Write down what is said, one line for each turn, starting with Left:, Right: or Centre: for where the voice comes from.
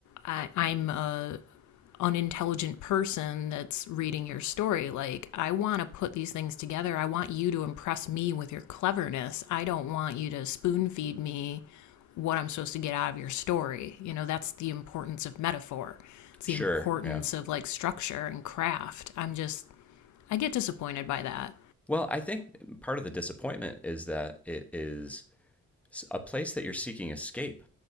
Left: I, I'm a unintelligent person that's reading your story. Like, I want to put these things together. I want you to impress me with your cleverness. I don't want you to spoon feed me what I'm supposed to get out of your story. You know, that's the importance of metaphor. It's
Centre: Sure,
Left: the importance
Centre: yeah.
Left: of like structure and craft. I'm just, I get disappointed by that.
Centre: Well, I think part of the disappointment is that it is a place that you're seeking escape